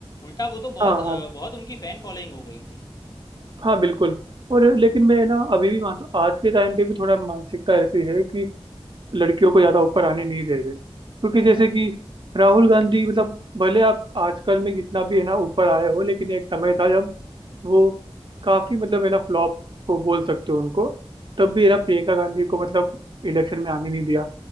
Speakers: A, on the left; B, on the right.
A: उल्टा वो तो बहुत
B: हाँ
A: अ,
B: हाँ
A: बहुत उनकी फैन फॉलोइंग हो गई थी
B: हाँ बिल्कुल और लेकिन मैं ना अभी भी मानता हूँ आज के टाइम पे भी थोड़ा मानसिकता ऐसी है कि लड़कियों को ज़्यादा ऊपर आने नहीं दे रहे क्योंकि
A: हाँ
B: जैसे
A: भाई
B: कि राहुल गांधी मतलब भले आप आजकल में कितना भी है ना ऊपर आए हो लेकिन एक समय था जब वो काफ़ी मतलब है ना फ्लॉप को बोल सकते हो उनको तब भी है ना प्रियंका गांधी को मतलब इलेक्शन में आने नहीं दिया